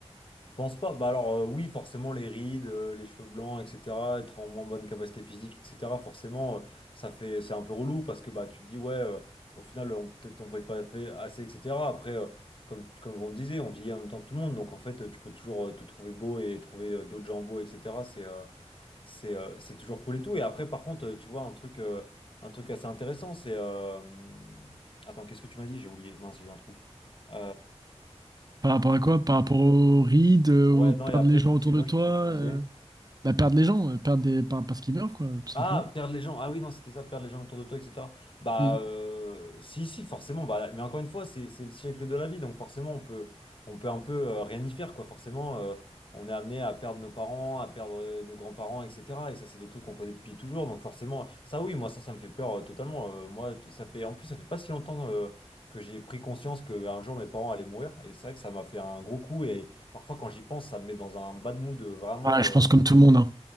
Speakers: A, on the left; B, on the right.
A: Pense pas. Bah alors euh, oui, forcément les rides, euh, les cheveux blancs, etc. Être en moins bonne capacité physique, etc. Forcément, euh, ça fait, c'est un peu relou parce que bah tu te dis ouais, euh, au final on- peut-être on pourrait pas fait assez, etc. Après, euh, comme comme on disait, on vieillit en même temps que tout le monde, donc en fait euh, tu peux toujours euh, te trouver beau et trouver euh, d'autres gens beaux, etc. C'est euh, c'est euh, c'est toujours fou et tout. Et après par contre, euh, tu vois un truc euh, un truc assez intéressant, c'est euh, attends qu'est-ce que tu m'as dit? J'ai oublié. Mince, j'ai eu un trou. Euh,
B: Par rapport à quoi? Par rapport aux rides, euh,
A: Ouais,
B: au perdre
A: non, et après,
B: les gens
A: tu me
B: autour
A: disais
B: de
A: quoi?
B: toi.
A: Je sais plus ce
B: euh.
A: que tu me disais.
B: bah, perdre les gens, euh, perdre des... par- parce qu'ils meurent, quoi, tout simplement.
A: Ah, perdre les gens. Ah oui, non, c'était ça, perdre les gens autour de toi, etc. Bah,
B: Mm.
A: euh, si, si, forcément. Bah, mais encore une fois, c'est, c'est le siècle de la vie, donc forcément, on peut, on peut un peu euh, rien y faire, quoi. Forcément, euh, on est amené à perdre nos parents, à perdre euh, nos grands-parents, etc. Et ça, c'est des trucs qu'on connaît depuis toujours, donc forcément, ça, oui, moi, ça, ça me fait peur euh, totalement. Euh, moi, tu- ça fait, en plus, ça fait pas si longtemps euh, que j'ai pris conscience qu'un jour, mes parents allaient mourir, et c'est vrai que ça m'a fait un gros coup, et parfois, quand j'y pense, ça me met dans un bad mood euh, vraiment.
B: Ouais, je
A: euh,
B: pense comme tout le monde. hein.